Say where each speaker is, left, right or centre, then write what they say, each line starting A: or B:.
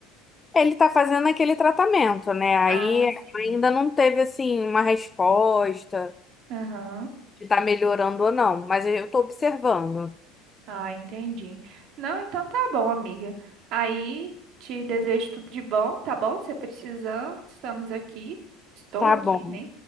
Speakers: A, on the left (about 20°); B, on the right (about 55°).
A: Ele tá fazendo aquele tratamento, né? Aí
B: Ah, sim.
A: ainda não teve, assim, uma resposta
B: Aham.
A: de tá melhorando ou não, mas eu tô observando.
B: Ah, entendi. Não, então tá bom, amiga. Aí te desejo tudo de bom, tá bom? Se precisando, estamos aqui. Estou
A: Tá
B: aqui,
A: bom,
B: né?